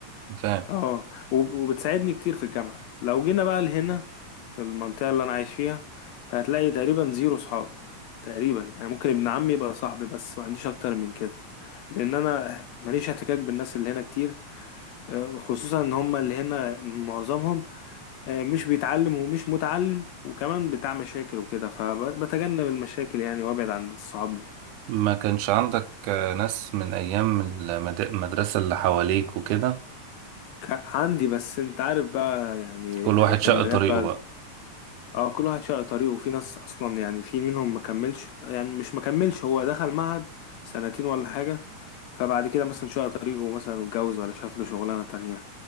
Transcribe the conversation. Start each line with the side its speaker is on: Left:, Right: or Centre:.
Right: فاهم
Left: اه وب- وبتساعدني كتير في الجامعة لو جينا بقى لهنا في المنطقة اللي أنا عايش فيها فهتلاقي تقريبا زيرو صحاب تقريبا يعني ممكن ابن عمي يبقى صاحبي بس ما عنديش أكتر من كده لأن أنا ماليش احتكاك بالناس اللي هنا كتير آه، خصوصا إن هما اللي هنا معظمهم آه، مش بيتعلم ومش متعلم وكمان بتاع مشاكل وكده فبتجنب المشاكل يعني وأبعد عن الصحاب دي
Right: ما كانش عندك آه، ناس من ايام المد- المدرسة اللي حواليك وكده
Left: ك- عندي بس انت عارف بقى يعني
Right: كل
Left: أهي
Right: واحد
Left: لما
Right: شق طريقه
Left: جت بقى
Right: بقى
Left: اه كل واحد شق طريقه وفي ناس اصلا يعني في منهم ما كملش يعني مش ما كملش هو دخل معهد سنتين ولا حاجه فبعد كده مثلا شق طريقه مثلا اتجوز ولا شاف له شغلانه تانية